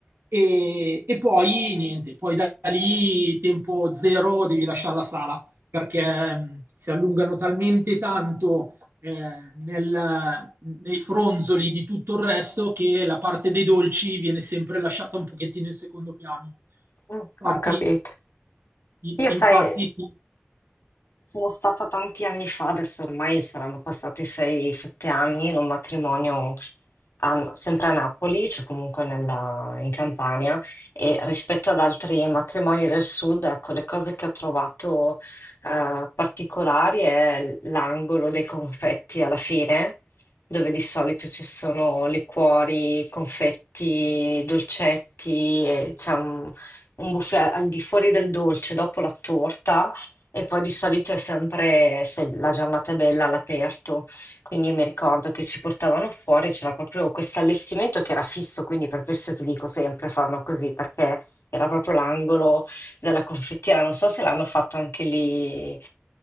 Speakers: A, on the right (about 80°); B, on the left (about 80°).
A: E, e poi niente, poi da lì tempo zero devi lasciare la sala perché mh, si allungano talmente tanto eh, nel- nei fronzoli di tutto il resto che la parte dei dolci viene sempre lasciata un pochettino in secondo piano.
B: ho
A: Infatti,
B: capito.
A: i-
B: Io
A: infatti
B: sai,
A: sì,
B: sono stata tanti anni fa, adesso ormai saranno passati 6-7 anni, in un matrimonio a- sempre a Napoli, cioè comunque nella- in Campania, e rispetto ad altri matrimoni del sud, ecco, le cose che ho trovato eh, particolari è l'angolo dei confetti alla fine, dove di solito ci sono liquori, confetti, dolcetti, e c'è un un buffet al di fuori del dolce, dopo la torta, e poi di solito è sempre, se la giornata è bella, all'aperto. Quindi mi ricordo che ci portavano fuori, c'era proprio questo allestimento che era fisso, quindi per questo ti dico sempre fanno così, perché era proprio l'angolo della confettiera. Non so se l'hanno fatto anche lì, eh,